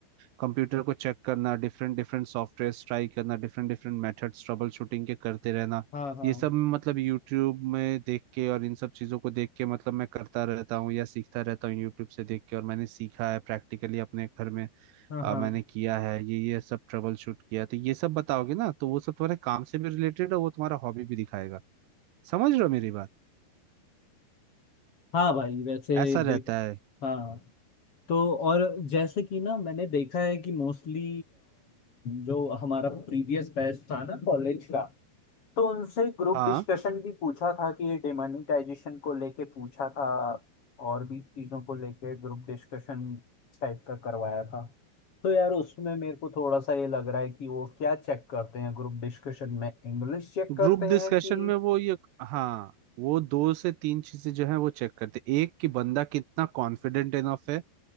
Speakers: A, on the right (about 80°); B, on the left (about 35°).
A: कंप्यूटर को चेक करना डिफरेंट डिफरेंट सॉफ्टवेयर ट्राई करना different different methods troubleshooting के करते रहना
B: हाँ हाँ
A: ये सब मतलब यूट्यूब में देख के और इन सब चीज़ों को देख के मतलब मैं करता रहता हूँ या सीखता रहता हूँ यूट्यूब से देख के और मैंने सीखा है प्रैक्टिकली अपने घर में
B: हाँ
A: अ,
B: हाँ
A: मैंने किया है ये ये सब ट्रबल शूट किया तो ये सब बताओगे ना तो वो सब तुम्हारे काम से भी रिलेटेड है वो तुम्हारा हॉबी भी दिखाएगा समझ रहे हो मेरी बात
B: हाँ भाई वैसे
A: ऐसा रहता
B: देख
A: है
B: हाँ तो और जैसे कि ना मैंने देखा है कि मोस्टली जो हमारा प्रीवियस बैच था ना कॉलेज का तो उनसे ग्रुप
A: हाँ
B: डिस्कशन भी पूछा था कि ये डिमोनिटाइजेशन को लेके पूछा था और भी चीज़ों को लेके ग्रुप डिस्कशन टाइप का करवाया था तो यार उसमें मेरे को थोड़ा सा ये लग रहा है कि वो क्या चेक करते हैं ग्रुप डिस्कशन में इंग्लिश चेक
A: ग्रुप
B: करते
A: डिस्कशन
B: हैं कि
A: में वो ये हाँ वो दो से तीन चीजें जो है वो चेक करते हैं। एक कि बंदा कितना कॉन्फिडेंट इनफ है